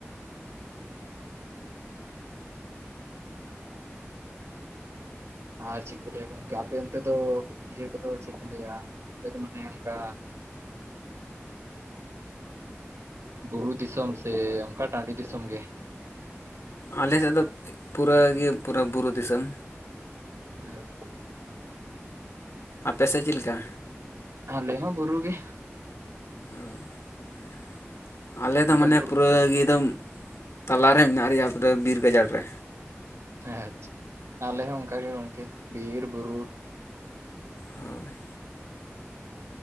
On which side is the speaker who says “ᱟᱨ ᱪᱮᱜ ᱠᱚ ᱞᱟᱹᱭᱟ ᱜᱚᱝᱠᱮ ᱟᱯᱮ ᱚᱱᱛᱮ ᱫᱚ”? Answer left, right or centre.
Right